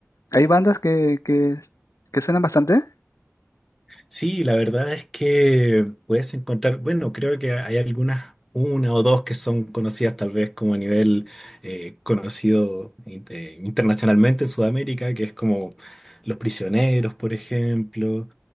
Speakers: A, on the left; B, in the centre.
A: hay bandas que, que, que suenan bastante.
B: Sí, la verdad es que puedes encontrar, bueno, creo que hay algunas, una o dos que son conocidas tal vez como a nivel eh, conocido in- eh, internacionalmente en Sudamérica, que es como Los Prisioneros, por ejemplo.